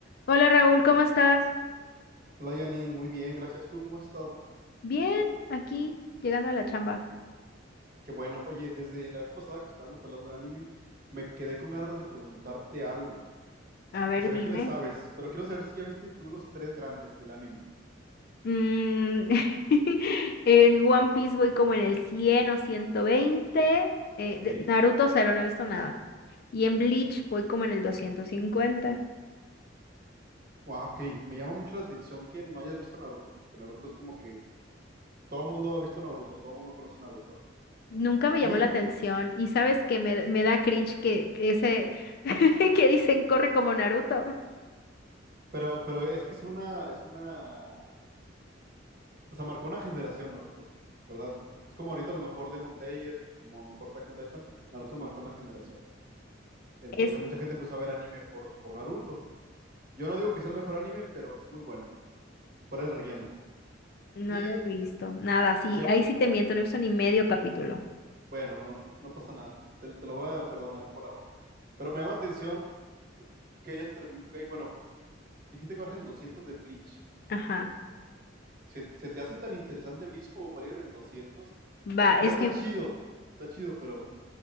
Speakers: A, on the left; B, on the right.
A: Hola Raúl, ¿cómo estás?
B: Hola Janine, muy bien, gracias. ¿Tú cómo has estado?
A: Bien, aquí, llegando a la chamba.
B: Qué bueno. Oye, desde la vez pasada que estábamos hablando de anime, me quedé con ganas de preguntarte algo,
A: A
B: porque
A: ver,
B: se
A: dime.
B: ve que le sabes, pero quiero saber si ya viste tú los tres grandes del anime.
A: Mm, <laughs> en One Piece voy como en el 100 o 120. eh,
B: Ok.
A: de-
B: Eh,
A: Naruto cero, no he visto nada. Y en Bleach voy como en el 250.
B: guau, Ok, me llama mucho la atención que no hayas visto Naruto, porque Naruto es como que todo el mundo ha visto Naruto, todo el mundo conoce Naruto.
A: Nunca me
B: Y,
A: llamó la atención. Y sabes que me, me da cringe que ese <laughs> que dicen corre como Naruto.
B: pero, pero es que es una, es una, o sea, marcó una generación Naruto, ¿verdad? Es como ahorita a lo mejor Demon Slayer o como a lo mejor Attack on Titan, Naruto marcó una generación. Entonces
A: Es,
B: mucha gente empezó a ver anime por, por Naruto. Yo no digo que sea el mejor anime, pero es muy bueno. Fuera el relleno.
A: no
B: Y
A: lo he visto. Nada, sí,
B: me-
A: ahí sí te miento, no he visto ni medio capítulo.
B: bueno, no, no, no pasa nada. Te, te lo voy a perdonar por ahora. Pero me llama la atención que hayas term- que, bueno, dijiste que vas en el 200 de Bleach.
A: Ajá.
B: ¿Se, se te hace tan interesante Bleach como para ir en el 200?
A: Va,
B: O
A: es
B: sea, está
A: que
B: chido. Está chido, pero